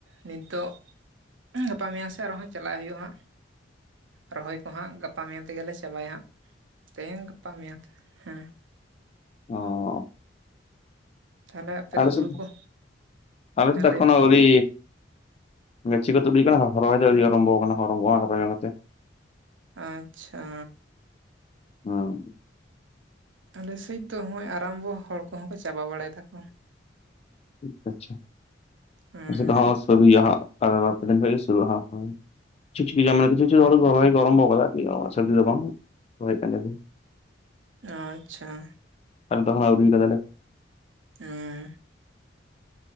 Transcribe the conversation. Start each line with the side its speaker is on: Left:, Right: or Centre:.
Right: ᱱᱤᱛᱚᱜ ᱜᱟᱯᱟ ᱢᱮᱭᱟᱝ ᱥᱮ ᱟᱨᱦᱚᱸ ᱪᱟᱞᱟᱜ ᱦᱩᱭᱩᱜᱼᱟ ᱦᱟᱸᱜ᱾ ᱨᱚᱦᱚᱭ ᱠᱚᱦᱟᱸᱜ ᱜᱟᱯᱟ ᱢᱮᱭᱟᱝ ᱛᱮᱜᱮᱞᱮ ᱪᱟᱵᱟᱭᱟ ᱦᱟᱸᱜ ᱛᱮᱦᱤᱧ ᱜᱟᱯᱟ ᱢᱮᱭᱟᱝ ᱦᱮᱸ,
Left: ᱚᱸᱻ
Right: ᱛᱟᱦᱚᱞᱮ ᱟᱯᱮ
Left: ᱟᱞᱮᱥᱮᱫ,
Right: ᱫᱚ ᱦᱩᱲᱩ ᱠᱚ
Left: ᱟᱞᱮ
Right: ᱦᱮᱸ
Left: ᱥᱮᱫ ᱮᱠᱷᱚᱱᱚ
Right: ᱞᱟᱹᱭ
Left: ᱟᱣᱨᱤ ᱜᱟᱹᱪᱷᱤ ᱠᱚ ᱛᱩᱫ ᱦᱩᱭ ᱟᱠᱟᱱᱟ ᱦᱚ ᱦᱚᱨᱚᱭ ᱜᱮ ᱟᱣᱨᱤ ᱟᱨᱟᱢᱵᱷᱚ ᱟᱠᱟᱱᱟ ᱟᱨᱟᱢᱵᱷᱚ ᱠᱚ ᱧᱟᱢ ᱠᱟᱛᱮ᱾ <inaudible>
Right: ᱟᱪᱪᱷᱟ᱾
Left: ᱦᱩᱸ᱾
Right: ᱟᱞᱮᱥᱮᱫ ᱫᱚ ᱱᱚᱜ-ᱚᱭ ᱟᱨᱟᱢᱵᱚ ᱦᱚᱲ ᱠᱚᱦᱚᱸ ᱠᱚ ᱪᱟᱵᱟ ᱵᱟᱲᱟᱭ ᱫᱟᱠᱚ᱾
Left: ᱴᱤᱠ ᱟᱪᱷᱮ,
Right: ᱦᱩᱸ
Left: <unintelligible> ᱪᱮ ᱪᱤᱠᱟᱹ ᱜᱟᱱ ᱢᱟᱱᱮ ᱪᱮ ᱪᱤᱠᱟᱹ ᱢᱟᱱᱮ ᱨᱚᱦᱟᱭ ᱠᱚ ᱟᱨᱟᱢᱵᱚ ᱠᱟᱫᱟ ᱟᱨᱠᱤ ᱢᱟᱱᱮ ᱥᱟᱹᱨᱫᱤ ᱨᱟᱵᱟᱝ ᱨᱚᱦᱚᱭ ᱠᱟᱱ ᱜᱮᱭᱟ ᱠᱚ᱾
Right: ᱚ, ᱟᱪᱪᱷᱟ ᱾
Left: ᱟᱨᱚ ᱫᱚᱲᱦᱟᱸ ᱟᱣᱨᱤ ᱠᱟᱫᱟᱞᱮ᱾
Right: ᱦᱮᱸ